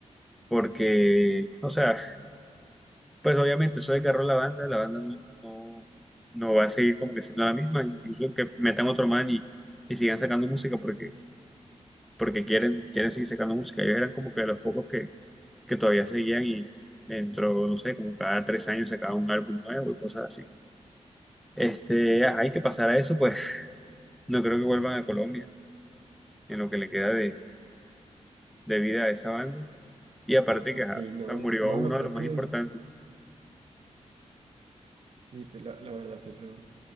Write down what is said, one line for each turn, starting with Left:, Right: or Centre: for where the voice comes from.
Centre: porque, o sea, pues obviamente eso desgarró la banda, la banda no, no, no va a seguir como que siendo la misma, incluso que metan otro man y, y sigan sacando música porque, porque quieren, quieren seguir sacando música. Ellos eran como que de los pocos que, que todavía seguían y dentro, no sé, como cada tres años sacaban un álbum nuevo y cosas así. Este, ajá, y que pasara eso, pues <laughs> no creo que vuelvan a Colombia en lo que le queda de, de vida a esa banda. Y aparte que ajá,
Right: Sí, no,
Centre: ah, murió
Right: no,
Centre: uno
Right: no creo
Centre: de los más
Right: que,
Centre: importantes.
Right: sí, pues, la, la verdad, eso